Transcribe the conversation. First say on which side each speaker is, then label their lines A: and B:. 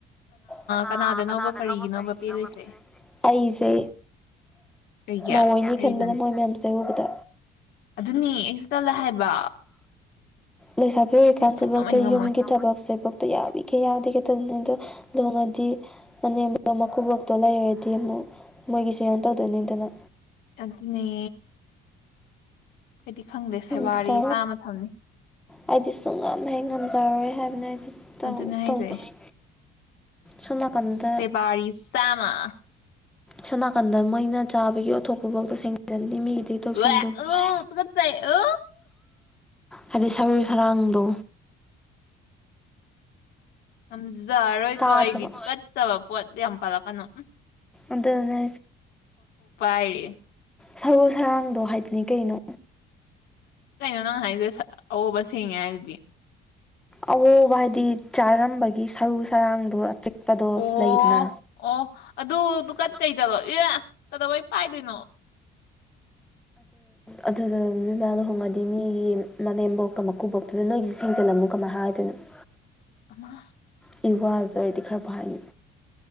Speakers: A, in the centre; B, on the left (about 70°).
A: ꯀꯅꯥ
B: ꯀꯅꯥꯗꯅꯣꯕ
A: ꯀꯅꯥꯗꯅꯣ
B: ꯀꯔꯤꯒꯤꯅꯣꯕ
A: ꯀꯔꯤꯒꯤꯅꯣ
B: ꯄꯦꯜꯂꯤꯁꯦ
A: ꯄꯗꯁꯦ ꯑꯩꯁꯦ
B: ꯀꯩꯒꯤ
A: ꯅꯧꯑꯣꯏꯅꯤ ꯈꯟꯕꯗ
B: ꯔꯤꯖꯟ
A: ꯃꯣꯏ ꯃꯌꯥꯝꯁꯎꯨꯕꯗ
B: ꯑꯗꯨꯅꯤ ꯑꯩꯁꯨ ꯆꯠꯂ ꯍꯥꯏꯕ
A: ꯂꯩꯁꯥꯕꯤꯔꯔꯤꯀꯥꯟꯁꯤꯦ
B: ꯑꯩ ꯁꯨꯡꯉꯝ
A: ꯐꯧꯗ
B: ꯍꯦꯛ ꯉꯝꯃꯣꯏ
A: ꯌꯨꯝꯒꯤ ꯊꯕꯛꯁꯦ ꯐꯥꯎ ꯌꯥꯎꯕꯤꯒꯦ ꯌꯥꯗ ꯑꯗꯣ ꯂꯣꯡꯉꯗꯤ ꯑꯅꯦꯝ ꯃꯀꯨꯕꯇꯣ ꯂꯩꯔꯗꯤ ꯑꯃꯨꯛ ꯃꯣꯏꯒꯤꯁꯨ ꯌꯥꯝ ꯇꯧꯗꯣꯏꯅꯤꯗꯅ
B: ꯑꯗꯨꯅꯦ ꯑꯩꯈꯣꯏꯗꯤ ꯈꯪꯗꯦ ꯁꯦꯕꯥꯔꯤ
A: ꯄꯁꯥ
B: ꯆꯥꯝꯃ ꯊꯝꯅꯤ
A: ꯑꯩꯗꯤ ꯁꯨꯡ ꯍꯦꯛ ꯉꯝꯖꯔꯔꯣꯏ ꯍꯥꯏꯕꯅ ꯑꯩꯗꯤ
B: ꯑꯗꯨꯅꯦ ꯍꯥꯏꯁꯦ
A: ꯇꯧꯕꯅꯤ ꯁꯣꯅꯥꯀꯟꯗ
B: ꯁꯦꯕꯥꯔꯤ ꯆꯥꯝꯃ
A: ꯁꯣꯅꯥꯀꯟꯗ ꯃꯣꯏꯅ ꯊꯥꯕꯒꯤ ꯑꯊꯣꯛꯄꯐꯧꯗ ꯁꯦꯡꯖꯤꯟ ꯃꯤꯒꯤꯗꯤ ꯇꯧ
B: ꯋꯦ
A: ꯁꯦꯡꯗꯣꯏꯅꯤ
B: ꯎ ꯇꯨꯀꯠꯆꯩ ꯎ
A: ꯍꯥꯏꯗꯩ ꯁꯔꯨ ꯁꯔꯥꯡꯗꯣ
B: ꯌꯥꯝꯖꯔꯣꯏꯀꯣ
A: ꯇꯥꯗ꯭ꯔꯕꯣ
B: ꯑꯩꯗꯤ ꯨꯀꯠꯆꯕ ꯄꯣꯠ ꯌꯥꯝ ꯄꯥꯠꯂꯛꯀꯅꯨ
A: ꯑꯗꯨꯅ
B: ꯍꯥꯏꯔꯤ
A: ꯁꯒꯣꯜ ꯁꯔꯥꯡꯗꯣ ꯍꯥꯏꯕꯅꯤ ꯀꯩꯅꯣ
B: ꯀꯩꯅꯣ ꯍꯥꯏꯁꯦ ꯑꯣꯁ ꯍꯦꯉꯦ ꯍꯥꯏꯔꯗꯤ
A: ꯑꯋꯣꯕ ꯍꯥꯏꯗꯤ ꯆꯥꯔꯝꯕꯒꯤ ꯁꯔꯨ ꯁꯔꯥꯡꯗꯣꯤꯛ ꯆꯠꯄꯗꯣ
B: ꯑꯣ
A: ꯂꯩꯗꯅ
B: ꯑꯣ ꯑꯗꯨ ꯇꯨꯀꯠꯆꯩ
A: <unintelligible> <inaudible>
B: ꯆꯠꯂꯣ ꯑꯦ ꯀꯩꯗꯧꯕꯩ ꯄꯥꯏꯗꯣꯏꯅꯣ
A: ꯑꯗꯨꯗ ꯃꯤꯃꯥ ꯂꯨꯍꯣꯡꯉꯗꯤ ꯃꯤꯒꯤ ꯃꯅꯦꯝꯕꯣꯛꯇ ꯃꯀꯨꯕꯣꯛꯇꯨꯗ ꯅꯣꯏꯒꯤꯁꯤꯦ ꯁꯦꯡꯖꯜꯂꯝꯃꯨ ꯀꯃꯥꯏ ꯍꯥꯏꯗꯅꯣ <unintelligible> <inaudible>
B: ꯑꯃ
A: ꯏ ꯋꯥꯖꯔꯗꯤ ꯈꯔ ꯐꯥꯅꯤ